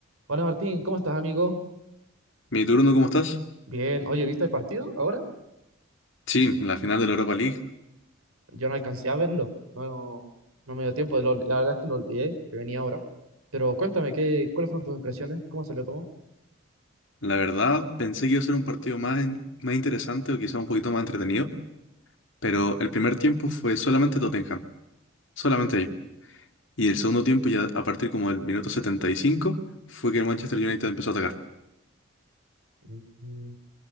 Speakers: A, on the right; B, on the left.
A: Hola Martín, ¿cómo estás, amigo?
B: Mi turno, ¿cómo estás?
A: Bien, oye, ¿viste el partido ahora?
B: Sí, la final de la Europa League.
A: Yo no alcancé a verlo, no, no me dio tiempo, lo- la verdad es que lo olvidé, que venía ahora. Pero cuéntame, ¿qué, cuáles fueron tus impresiones? ¿Cómo salió todo?
B: La verdad, pensé que iba a ser un partido más, en- más interesante o quizá un poquito más entretenido, pero el primer tiempo fue solamente Tottenham, solamente ahí. Y el segundo tiempo, ya a partir como del minuto 75, fue que el Manchester United empezó a atacar.
A: Mm,